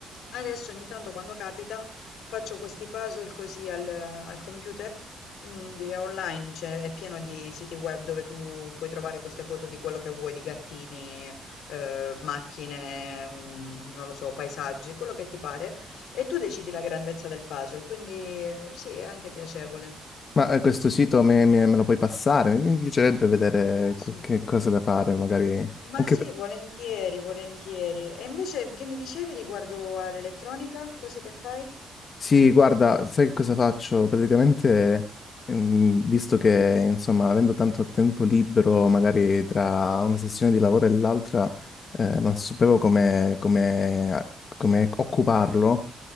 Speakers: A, on the left; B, on the left.
A: Adesso ogni tanto quando capita faccio questi puzzle così al, al computer, mm, è online, cioè è pieno di siti web dove tu puoi trovare queste foto di quello che vuoi, di gattini, eh, macchine, mm, non lo so, paesaggi, quello che ti pare, e tu decidi la grandezza del puzzle, quindi eh, sì, è anche piacevole.
B: Ma eh, questo sito
A: Sì.
B: me, me- me lo puoi passare? Mi piacerebbe vedere
A: Ma
B: qualche
A: sì,
B: cosa da fare, magari.
A: ma
B: Anche...
A: sì,
B: per-
A: volentieri, volentieri. E invece che mi dicevi riguardo all'elettronica, cose che fai?
B: Sì, guarda, sai che cosa faccio? Praticamente, ehm, visto che, insomma, avendo tanto tempo libero, magari tra una sessione di lavoro e l'altra, eh, non sapevo come, come, come occuparlo,